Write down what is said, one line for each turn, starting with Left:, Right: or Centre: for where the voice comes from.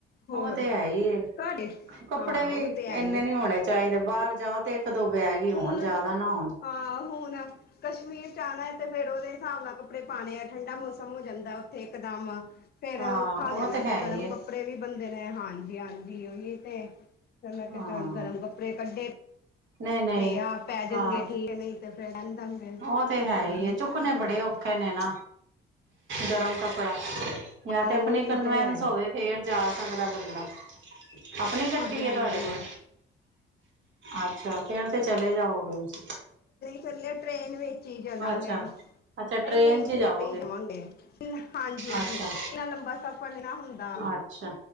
Left: ਹੋਰ
Right: ਉਹ ਤੇ ਹੈ ਹੀ,
Left: ਤੁਹਾਡੇ
Right: ਕੱਪੜੇ
Left: ਹਾਂ
Right: ਵੀ
Left: ਉਹ ਤੇ ਹੈ
Right: ਇੰਨੇ
Left: ਹੀ ਹੈ
Right: ਨੀ ਹੋਣੇ ਚਾਹੀਦੇ ਬਾਹਰ ਜਾਓ ਤੇ ਇੱਕ ਦੋ ਬੈਗ ਹੀ ਹੋਣ
Left: ਹੁਣ
Right: ਜਿਆਦਾ ਨਾ ਹੋਣ,
Left: ਹਾਂ ਹੁਣ ਕਸ਼ਮੀਰ ਚ ਆਉਣਾ, ਤੇ ਫੇਰ ਉਹਦੇ ਹਿਸਾਬ ਨਾਲ ਕੱਪੜੇ ਪਾਉਣੇ ਆ ਠੰਢਾ ਮੌਸਮ ਹੋ ਜਾਂਦਾ ਉੱਥੇ ਇਕਦਮ ਫੇਰ
Right: ਹਾਂ
Left: ਔਖਾ ਹੋ
Right: ਉਹ
Left: ਜਾਣਾ
Right: ਤੇ
Left: ਫਿਰ
Right: ਹੈ
Left: ਗਰਮ
Right: ਹੀ ਹੈ
Left: ਕੱਪੜੇ ਵੀ ਬੰਦੇ ਨੇ ਹਾਂਜੀ, ਹਾਂਜੀ, ਓਹੀ ਤੇ, ਫਿਰ ਮੈਂ ਕਿਹਾ
Right: ਹਾਂ
Left: ਚਲ ਗਰਮ ਕੱਪੜੇ ਕੱਢੇ,
Right: ਨਹੀਂ ਨਹੀਂ
Left: ਜੇ ਆਪ ਪੈ ਜਾਣਗੇ
Right: ਹਾਂ
Left: ਠੀਕ ਨਹੀਂ, ਤੇ ਫਿਰ ਰਹਿਣ ਦਆਂਗੇ
Right: ਉਹ ਤੇ ਹੈ
Left: ਹਾਂਜੀ
Right: ਹੀ ਚੁੱਕਣੇ
Left: ਉਹ ਤੇ
Right: ਬੜੇ
Left: ਆ ਹੀ
Right: ਔਖੇ
Left: ।
Right: ਨੇ ਨਾ ਗਰਮ ਕੱਪ ਭਲਾ ਜਾਂ ਤੇ
Left: ਉਹੀ
Right: ਆਪਣੀ ਕਨਵਿੰਸ
Left: ਤੇ ਹੈ
Right: ਹੋਵੇ ਫੇਰ ਜਾ ਸਕਦਾ ਬੰਦਾ । ਆਪਣੀ ਗੱਡੀ
Left: ਹਾਂਜੀ ਹਾਂਜੀ
Right: ਹੈ ਤੁਹਾਡੇ ਕੋਲ? ਅੱਛਾ! ਫੇਰ ਤੇ ਚਲੇ ਜਾਓਗੇ ਤੁਸੀਂ
Left: ਚੱਲਿਆ ਟ੍ਰੇਨ ਵੀ, ਚੀ ਚਲਾਂਗੇ
Right: ਅੱਛਾ ਅੱਛਾ
Left: ਨਹੀਂ ਨਹੀਂ
Right: ਚ
Left: ਟ੍ਰੇਨ
Right: ਜਾਓਗੇ
Left: ਤੇ ਹੀ ਜਾਵਾਂਗੇ ਹਾਂਜੀ ਹਾਂਜੀ
Right: ਅੱਛਾ
Left: ਇੰਨਾ ਲੰਬਾ ਸਫ਼ਰ ਨ ਨਾ ਹੁੰਦਾ
Right: ਅੱਛਾ